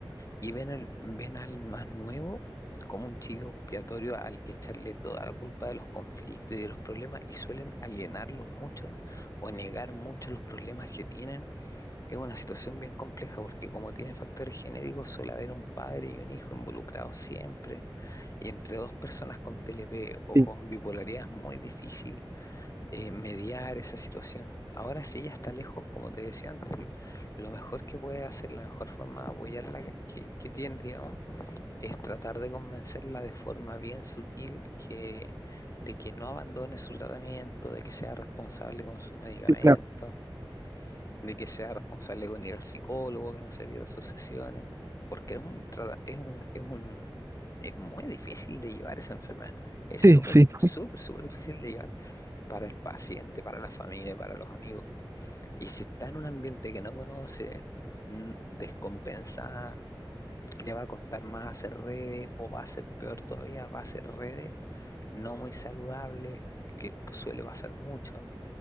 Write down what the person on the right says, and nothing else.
sí,
sí, claro.
Sí, sí,
<laughs>